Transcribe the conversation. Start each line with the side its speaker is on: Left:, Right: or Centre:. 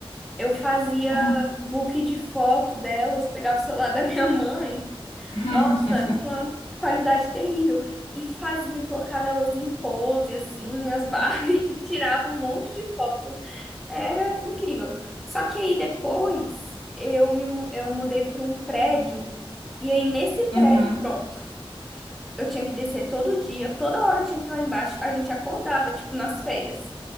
Centre: Eu fazia
Left: Hum.
Centre: book de foto delas, pegava o celular <laughs> da minha mãe.
Left: <laughs>
Centre: Nossa, com uma qualidade terrível. E fazia, colocava elas em pose, assim, as Barbie, <laughs> e tirava um monte de foto. Era incrível. Só que aí depois eu me mu- eu mudei para um prédio, e aí nesse prédio,
Left: Uhum,
Centre: pronto. Eu tinha que descer todo dia, toda hora eu tinha que estar lá embaixo. A gente acordava, tipo, nas férias.